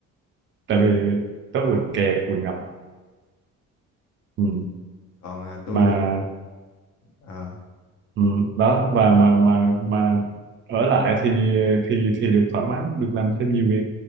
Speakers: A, on the right; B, on the left.
A: tại vì nó vừa kẹt vừa ngập ừ.
B: còn ờ, tôi
A: mà
B: thì ờ.
A: ừ. đó và mà mà mà ở lại thì thì thì được thoải mái được làm thêm nhiều việc